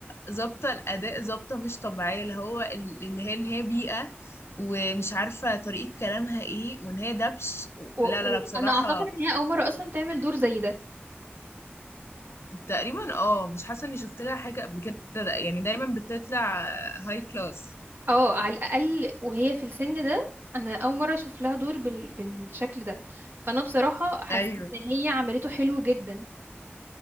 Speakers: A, on the left; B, on the right.
A: ظابطة الأداء ظابطة مش طبيعية اللي هو ال- اللي هي ان هي بيئة ومش عارفة طريقة كلامها ايه وان هي دبش و-
B: وانا
A: لا لا لا بصراحة
B: اعتقد ان هي اول مرة اصلا تعمل دور زي ده
A: تقريبا اه مش حاسه اني شفت لها حاجه قبل كده ده يعني دايما بتطلع هاي كلاس
B: اه على الاقل وهي في السن ده انا اول مره اشوف لها دور بال... بالشكل ده فانا بصراحه حسيت
A: ايوه
B: ان هي عملته حلو جدا